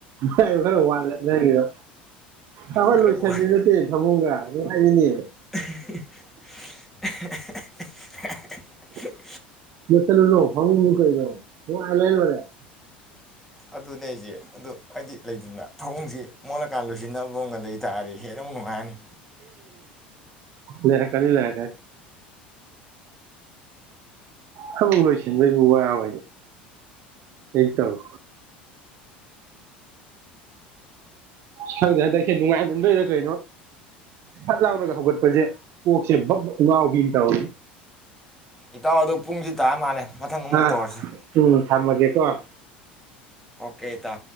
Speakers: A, on the right; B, in the centre.
A: ꯍꯥꯏ ꯈꯔ ꯋꯥꯠꯂꯦ ꯅꯒꯤꯗꯣ ꯑꯩꯈꯣꯏ
B: ꯈꯔ
A: ꯂꯣꯏꯁꯟꯕꯤ
B: ꯋꯥꯏ
A: ꯅꯠꯇꯦ ꯐꯃꯨꯡꯒ ꯍꯥꯏꯅꯤ
B: <inaudible>
A: ꯆ <unintelligible> ꯂ <unintelligible> ꯐ <unintelligible> ꯀꯩꯗ ꯍ <unintelligible> ꯑꯟꯂꯥꯏꯟ ꯃꯗ
B: ꯑꯗꯨꯅꯦ ꯑꯩꯁꯦ ꯑꯗꯨ ꯍꯥꯏꯗꯤ ꯂꯩꯗꯅ ꯊꯑꯣꯡꯁꯤ ꯃꯣꯠꯂꯀꯥꯟ ꯂꯣꯏꯁꯤꯟꯅꯕꯒ ꯂꯩꯇꯥꯥꯔꯗꯤ ꯍꯦꯟꯅ ꯑꯃꯨꯛ ꯅꯨꯡꯉꯥꯏꯔꯅꯤ
A: ꯂꯩ ꯀꯅꯤ ꯂꯩꯀ ꯍꯃ ꯑꯣꯏꯣꯏꯁ ꯋꯥꯕ ꯍ ꯇꯧꯏ ꯁꯪꯗꯦ ꯍꯟꯗꯛ ꯍꯦ ꯅꯨꯡꯉꯥꯏꯃꯟꯗꯣꯏꯗ ꯀꯩꯅꯣ ꯐꯠ ꯂꯥꯎꯔꯒ ꯍꯧꯒꯠꯄꯁꯦ ꯀꯣꯛꯁꯦ ꯕ ꯉꯥꯎꯕꯤꯅ ꯇꯧꯔꯤ
B: ꯏꯇꯥꯎꯗꯣ ꯄꯨꯡꯁꯤ ꯇꯥ ꯃꯥꯜꯂꯦ ꯃꯊꯪ ꯑꯃꯨꯛ
A: ꯑ
B: ꯇꯧꯔꯁꯤ
A: ꯎꯝ ꯊꯝꯃꯒꯦ ꯀ
B: ꯀꯦꯇꯥ